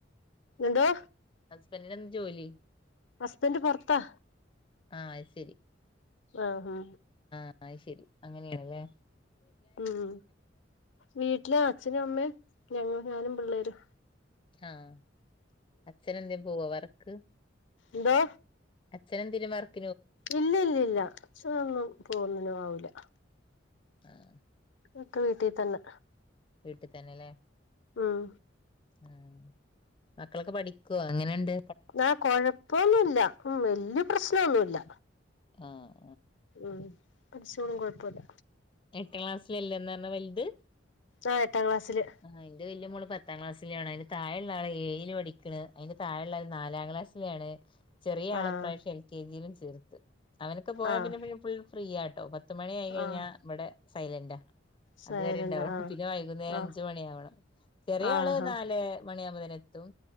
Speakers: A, on the left (about 75°); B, on the left (about 25°).
A: എന്തോ
B: ഹസ്ബൻഡിനെന്ത് ജോലി
A: ഹസ്ബൻഡ് പുറത്താ
B: ആഹ ശരി
A: ആഹഹ
B: അ ശരി അങ്ങനെയണല്ലേ
A: ഉം വീട്ടിലെ അച്ഛനും അമ്മേയും ഞങ്ങ ഞാനും പിള്ളേര്
B: ആഹ അച്ഛന എന്തേും പോവ വറക്ക്
A: ന്തോ
B: അച്ഛും നെതിരുമാറ്ക്
A: ഇല്ല ഇല്ലല്ല ഛനോന്നും പോന്നിനും ആവൂല
B: ആഹ
A: ഒക്കെ വീട്ടീ തന്നെ
B: വീട്ടിൽ തന്നെല്ലേ
A: ആഹ
B: ആ മക്കളൊക്കെ പഠിക്കുവ ഏങ്ങനെയണ്ട്
A: ആ കൊഴപ്പൊന്നുമല്ല ഉ വല്യ പ്രശ്നമൊന്നുമല്ല
B: ആഹ
A: ഉം പടിച്ചോളും കൊഴപ്പമില്ല
B: എട്ടാം ക്ലാസ്സിലല്ലേ എന്ന പറഞ്ഞാ വലുത്
A: ആ എട്ടാം ക്ലാസ്സില്
B: ആഹ് എന്റെ വല്യ മോള് പത്താം ക്ലാസ്സിലെയാണ് അതിന്റെ താഴെയുള്ള ആള് ഏഴയില് പഠിക്കണ അതി്ന്റെ താഴെയുള്ള ആള് നാലാം ക്ലാസിലാണ് ചെറിയ ആളപ്രാവശ്യം
A: ആഹ്
B: എൽ കെ ജിയിലും ചേർത്ത് അവനൊക്കെ പോയാ
A: ആഹ്
B: പിന്നെെ ഫുൾ ഫ്രീ ആട്ടോ പത്തുമണി ആയി കഴിഞ്ഞാ
A: ആഹ്
B: ഇവിടെ സൈലന്റാ
A: സൈലന്റ്
B: അതുവരെ ഉണ്ടാവണം
A: ആ
B: പിന്നെ വൈകുന്നേരം
A: ആ
B: അഞ്ച മണി ആവണം ചെറിയ
A: ആഹ്
B: ആള് നല് മണിയാകുമ്പോേത്തും